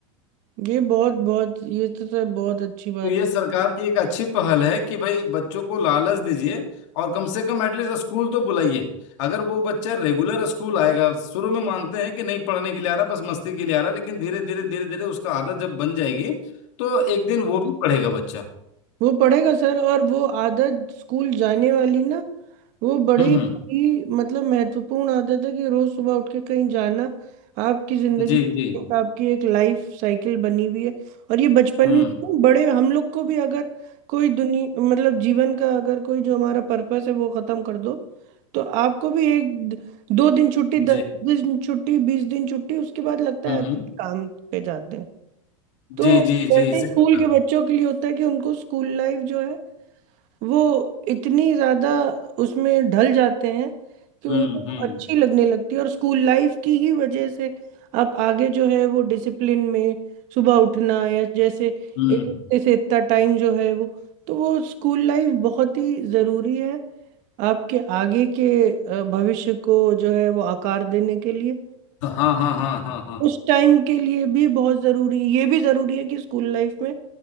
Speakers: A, on the right; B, on the left.
A: ये बहुत बहुत ये तो सर बहुत अच्छी बात
B: तो ये सरकार की एक अच्छी पहल है कि भाई बच्चों को लालच दीजिए और कम से कम एटलीस्ट स्कूल तो बुलाइए अगर वो बच्चा रेगुलर स्कूल आएगा शुरू में मानते हैं कि नहीं पढ़ने के लिए आ रहा बस मस्ती के लिए आ रहा लेकिन धीरे धीरे धीरे धीरे उसका आदत जब बन जाएगी तो एक दिन वो भी पढ़ेगा बच्चा
A: वो पढ़ेगा सर और वो आदत स्कूल जाने वाली ना वो बड़ी
B: हम्म हम्म
A: ही मतलब महत्वपूर्ण आदत है कि रोज सुबह उठ के कहीं जाना आपकी जिंदगी
B: जी
A: में
B: जी
A: एक- आपकी एक लाइफ साइकिल बनी हुई है और ये बचपन
B: हम्म
A: में नहीं, बड़े हम लोग को भी अगर कोई दुनिया मतलब जीवन का अगर कोई जो हमारा पर्पस है वो खत्म कर दो तो आपको भी एक दो दिन छुट्टी
B: जी
A: दस दिन छुट्टी बीस दिन छुट्टी उसके बाद लगता
B: हम्म
A: है
B: हम्म
A: अरे, काम पे जाते हैं तो
B: जी जी
A: वैसे
B: जी सही
A: ही स्कूल
B: बोला
A: के बच्चों के लिए होता है कि उनको स्कूल लाइफ जो है वो इतनी ज्यादा उसमें ढल जाते हैं कि
B: हम्म
A: उनको वो
B: हम्म
A: अच्छी लगने लगती है और स्कूल लाइफ की ही वजह से आप आगे जो है वो डिसिप्लिन में सुबह उठना या जैसे
B: हम्म
A: एक हफ्ते से इतना टाइम जो है वो तो वो स्कूल लाइफ बहुत ही जरूरी है आपके आगे के अ, भविष्य को जो है वो आकार देने के लिए
B: हाँ हाँ हाँ हाँ हाँ
A: उस टाइम के लिए भी बहुत जरूरी ये भी जरूरी है कि स्कूल लाइफ में